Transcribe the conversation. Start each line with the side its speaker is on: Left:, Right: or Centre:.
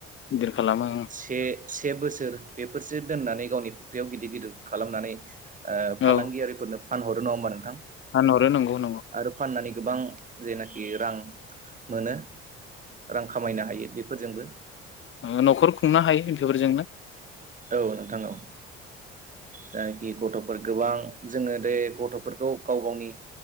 Left: गिदिर खालामो औ।
Right: से से बोसोर बेफोरसो दोननानै गावनि फुख्रियाव गिदिर गिदिर खालामनानै ओ फालांगियारिफोरनो
Left: औ
Right: फानहरो नङा होमबा नोंथां?
Left: फानहरो नंगौ नंगौ।
Right: आरो फाननानै गोबां जेनाखि रां मोनो रां खामायनो हायो बिफ फोरजोंबो
Left: अ न'खर खुंनो हायो इफोर जोंनो
Right: औ नोंथां औ। जायखि गथ'फोर गोबां जोङो दे गथ'फोरखौ गाव गावनि